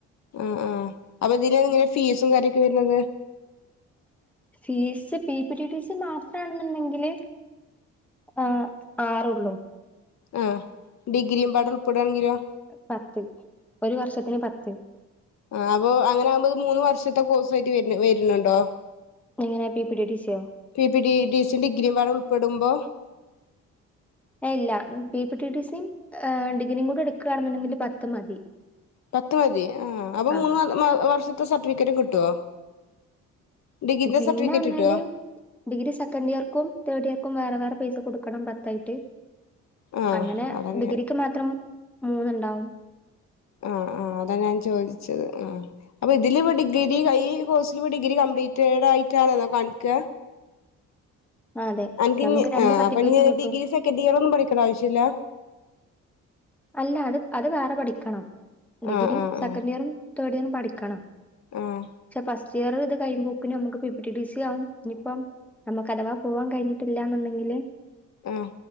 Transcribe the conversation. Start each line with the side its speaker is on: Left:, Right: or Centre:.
Left: ആഹ് ആഹ് അപ്പൊ ഇതില് എങ്ങനെ ഫീസും കാര്യൊക്കെ വരുന്നത്
Centre: ഫീസ് പി പിടിടി സി മാത്രംമാണെന്നുണ്ടെങ്കില് ആഹ് ആറൊള്ളൂ
Left: ആഹ് ഡിഗ്രിയുംപാടെ ഉൾപ്പെടയാണെങ്കിലോ
Centre: പത്ത് ഒരു വർഷത്തിന് പത്ത്
Left: ആഹ് അപ്പ അങ്ങനെകുമ്പോത് മൂന്ന് വർഷത്തെ കോഴ്സായിട്ട് വ വരുന്നുണ്ടോ
Centre: എങ്ങിനെ പി പി ടി ടി സിയോ
Left: പി പിഡിഡി സിയും ഡിഗ്രിയുംപാടെ ഉൾപ്പെടുമ്പോ
Centre: ഇല്ല പി പി ടി ടി സിയ ഡിഗ്രിയും കൂടി എടുക്കുകയാണെന്നുണ്ടെങ്കിൽ പത്ത് മതി
Left: പത്ത് മതി ആഹ് അപ്പൊ
Centre: ആ
Left: മൂന്ന് വർഷത്തെ സർട്ടിഫിക്കറ്റ് കിട്ടുവോ ഡിഗ്രിന്റെ
Centre: പിന്നെ
Left: സർട്ടിഫിക്കറ്റ്
Centre: പറഞ്ഞാല്
Left: കിട്ടോ
Centre: ഡിഗ്രി സെക്കൻഡ് ഇയർക്കും തേർഡ് ഇയർക്കും വേറെ വേറെ പൈസ കൊടുക്കണം പത്തായിട്ട്
Left: ആഹ്
Centre: അങ്ങനെ
Left: അതന്നെ
Centre: ഡിഗ്രിക്ക് മാത്രം മൂന്നുണ്ടാവും
Left: ആഹ് ആഹ് അതാണ് ഞാൻ ചോദിച്ചത് ആഹ് അപ്പൊ ഇതില് ഇപ്പ ഡിഗ്രി കൈ കോഴ്സ് ഇജ് ഡിഗ്രി കംപ്ലീറ്റഡ് ആയിട്ടാണൊ എന്ന കാണിക്ക
Centre: അതെ.
Left: അനക്ക്
Centre: നമുക്ക്
Left: ഇഞ്ഞിഅപ്പൊ
Centre: സർട്ടിഫിക്കറ്റും കിട്ടും.
Left: ഡിഗ്രി സെക്കൻഡ് ഇയർ ഒന്നും പഠിക്കണ്ടാ ആവിശ്യില്ല
Centre: അല്ല അത് അത് വേറെ പഠിക്കണം ഡിഗ്രി
Left: ആഹ് ആഹ്
Centre: സെക്കൻഡ്
Left: ആഹ്
Centre: ഇയറും തേർഡ് ഇയറും പഠിക്കണം
Left: ആഹ്
Centre: പക്ഷെ ഫസ്റ്റ് ഇയർ ഇത് കഴിയുമ്പോക്ക നമ്മുക്ക് പി പിടി ഡി സി ആവും ഇനഞിപ്പം നമുക്ക് അഥവാ പോവാൻ കഴിഞ്ഞിട്ടില്ലങ്കില്
Left: ഹാ